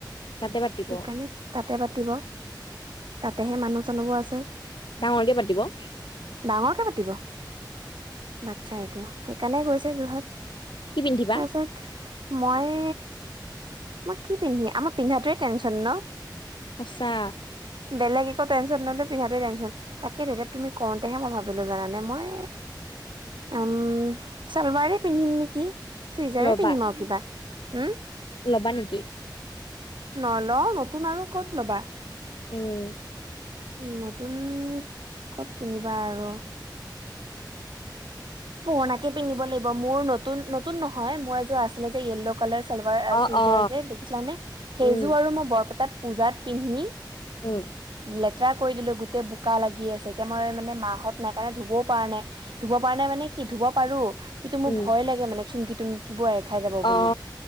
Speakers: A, on the left; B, on the right.
A: তাতে পাতিব
B: সেইকাৰণে তাতে পাতিব তাতেহে মানুহ চানুহবোৰ আছে
A: ডাঙৰকে পাতিব অ
B: ডাঙৰকে পাতিব বাচ্ছা এইটো সেইকাৰণে গৈছে যোৰহাট
A: কি পিন্ধিবা
B: তাৰপিছত মই মই কি পিন্ধি আমাৰ পিন্ধাটো ৱে টেনচন ন
A: সঁচা
B: বেলেগ একো টেনচন নললোঁ পিন্ধাটোৱে টেনচন তাকেই দে এতিয়া তুমি কওঁতেহে মই ভাবিলো জাননে মই উম চালৱাৰে পিন্ধিম নেকি চুইজাৰে
A: ল'বা
B: পিন্ধিম আৰু কিবা হম
A: ল'বা নেকি
B: নলোও নতুন আৰু ক'ত ল'বা
A: উম
B: উ নতুন ক'ত কিনিবা আৰু পুৰণাকে পিন্ধিব লাগিব মোৰ নতুন নতুন নহয় মোৰ এযোৰ আছিলে যে ইয়েল্ল কালাৰ চালভাৰ
A: অ
B: চুইজাৰ
A: অ
B: যে দেখিছিলানে সেইজো
A: উম
B: আৰু মই বৰপেটাত পুজাত পিন্ধি
A: ওম
B: লেতেৰা কৰি দিলো গোটেই বোকা লাগি আছে এতিয়া মই মানে মাহঁত নাই কাৰণে মই ধুবও পৰা নাই। ধুব পৰা নাই মানে কি ধুব পাৰো কিন্তু মোৰ
A: উম
B: ভয় লাগে মানে চুমকি তুমকিবোৰ এৰ খাই যাব
A: অ
B: বুলি।